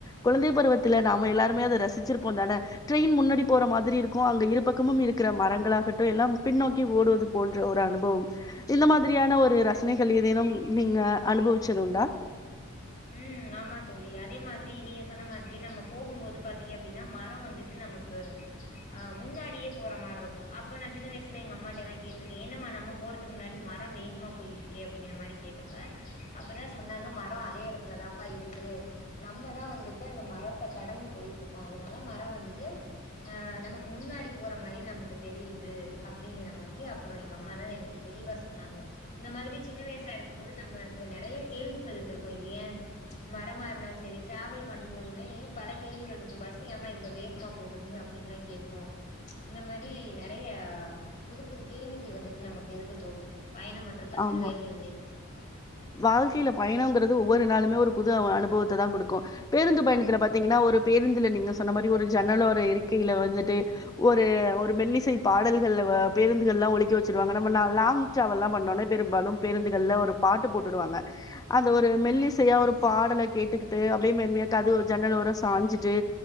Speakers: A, on the left; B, on the left.
A: குழந்தை பருவத்துல நாம எல்லாருமே அத ரசிச்சிருப்போந்தானே ட்ரெயின் முன்னாடி போற மாதிரி இருக்கும் அங்க இரு பக்கமும் இருக்கிற மரங்களாகட்டு எல்லாம் பின்னோக்கி ஓடுவது போன்ற ஒரு அனுபவம் இந்த மாதிரியான ஒரு ரசனைகள் ஏதேனும் நீங்க அனுபவிச்சதுண்டா
B: ம் ஆமா தோழி அதே மாதிரி நீங்க சொன்ன மாதிரி நம்ம போகும்போது பாத்தீங்க அப்டின்னா மரோ வந்துட்டு நமக் கு அ முன்னாடியே போற மாரி இருக்கு அப்ப நா சின்ன வயசுல எங்க அம்மாட்டல்லா கேட்டிருக்கே என்னமா நம்ம போறத்துக்கு முன்னாடி மரம் வேகமா போயிட்டு இருக்கே அப்டிங்கிற மாரி கேட்டப்ப அப்பதா சொன்னாங்க மரம் அதே இடத்துல இதுல தான்ப்பா இருக்கு நம்மதா வந்துட்டு அந்த மரத்த கடந்து போயிட்டு இருக்கோ அதனால மரம் வந்துட்டு ஆ நமக்கு முன்னாடி போற மாரி நமக்கு தெரியுது அப்டிங்கற மாதிரி அப்றோ எங்க அம்மா தா எனக்கு தெளிவா சொன்னாங்க இந்த மாரி சின்ன வயசா இருக்கும் போது நம்மக்கு நெறைய கேள்விகள் இருந்திருக்கும் இது ஏன் மரமா இருந்தாலு செரி டிராவல் பண்ணும் போதுமே பல கேள்விகள் இருக்கும் பஸ் ஏமா இவ்வளவு வேகமா போகுது அப்டின்ல்லா கேட் போ இந்த மாரி நெறைய புது புது கேள்விகள் வந்துட்டு நமக்கு இருக்கு தோழி பயணம் பண்றப்ப சிறுவயதிலருந்தே
A: ஆமா வாழ்க்கையில பயணங்கிறது ஒவ்வொரு நாளுமே ஒரு புது அனுபவத்த தா குடுக்கு பேருந்து பயணத்துல பாத்தீங்கன்னா ஒரு பேருந்துல நீங்க சொன்ன மாரி ஒரு ஜன்னலோர இருக்கையில வந்துட்டு ஒரு ஒரு மெல்லிசை பாடல்கள் பேருந்துகள் எல்லா ஒலிக்க வெச்சிருவாங்க நம்ம நல் லாங் டிராவல்லா பண்ணோன பெரும்பாலு பேருந்துகள்ல ஒரு பாட்டு போட்டு உடுவாங்க அந்த ஒரு மெல்லிசையா ஒரு பாடல கேட்டுக்கிட்டு அப்டியே மென்மையா கதவு ஜன்னலோர சாஞ்சிட்டு